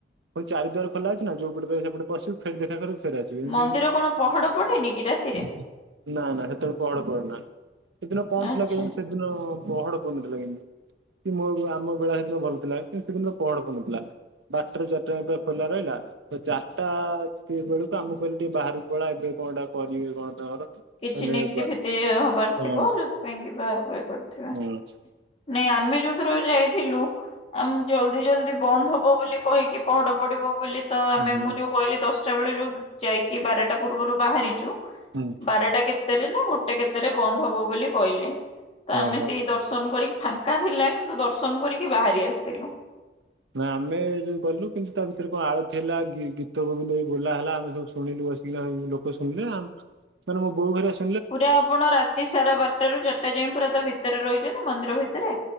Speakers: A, on the right; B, on the left.
A: ପୁଣି ଚାରୀଦ୍ୱାର ଖୋଲା ଅଛି ନା ଯୋଉ ପଟେ ପାଇବୁ ସେପଟ ପଶିବୁ ଫେରେ ଦେଖା କରିବୁ ଫେରେ ଆସିବୁ ଏମିତି
B: ମନ୍ଦିର
A: ଏମିତି।
B: କଣ ପହଡ ପଡେନି କି ରାତିରେ
A: ନା ନା ସେତେବେଳେ ପହଡ ପଡେନା ସେଦିନ କଣ
B: ଆଚ୍ଛା
A: ଥିଲା କେଜାଣି ସେଦିନ ପହଡ ପଡିନଥିଲା କିନ୍ତୁ। କି ମୋ ଆମ ବେଳା ସେଦିନ ଭଲ ଥିଲା କିନ୍ତୁ ସେଦିନ ତ ପହଡ ପଡିନଥିଲା। ବାରଟାରୁ ଚାରିଟା ଯାଏଁ ପୁରା ଖୋଲା ରହିଲା। ତ ଚାରିଟା ବେଳକୁ ଆମକୁ କହିଲେ ଟିକେ ବାହାରକୁ ପଳା ଏବେ କଣ ଏଟା କରିବେ କଣ ତାଙ୍କର।
B: କିଛି
A: ହେଲେ
B: ନୀତି
A: ବା
B: ଫିତି ହବାର
A: ହଁ
B: ଥିବ ଯୋଉଥିପାଇଁ କି ବାହାରକୁ ଇଏ କ ବେ
A: ହଁ
B: ନାଇଁ ଆମେ ଯୋଉଥରକ ଯାଇଥିଲୁ। ଆମେ ଜଲଦି ଜଲଦି ବନ୍ଦ ହବ ବୋଲି କହିକି ପହଡ ପଡିବ ବୋଲି ତ ଆମେ
A: ହୁଁ ହୁଁ
B: ମୁଁ ଯୋଉ କହିଲି ଦଶଟା ବେଳେ ଯୋଉ ଯାଇକି ବାରଟା ପୂର୍ବରୁ ବାହାରିଛୁ
A: ହୁଁ।
B: ବାରଟା କେତେରେ ନା ଗୋଟେ କେତେରେ ବନ୍ଦ ହବ ବୋଲି କହିଲେ ତ
A: ହଁ
B: ଆମେ
A: ହଁ।
B: ସେଇ ଦର୍ଶନ କରି ଫାଙ୍କା ଥିଲା କିନ୍ତୁ ଦର୍ଶନ କରିକି ବାହାରି ଆସିଥିଲୁ।
A: ନା ଆମେ ଏଇ ଯଉ ଗଲୁ କିନ୍ତୁ ତା ଭିତରେ କଣ ଆଳତି ହେଲା ଗି-ଗୀତ ଗୋବିନ୍ଦ ବି ବୋଲା ହେଲା ଆମେ ସବୁ ଶୁଣିଲୁ ବ ପିଲା ଲୋକ ଶୁଣିଲେ ଆମ ମାନେ ମୋ ବୋଉ ଘରିକା ସ
B: ପୁରା ଆପଣ ରାତି ସାରା ବାରଟାରୁ ଚା ରିଟା ଯାଏଁ ପୁରା ତା ଭିତରେ ରହିଛନ୍ତି ମନ୍ଦିର ଭିତରେ?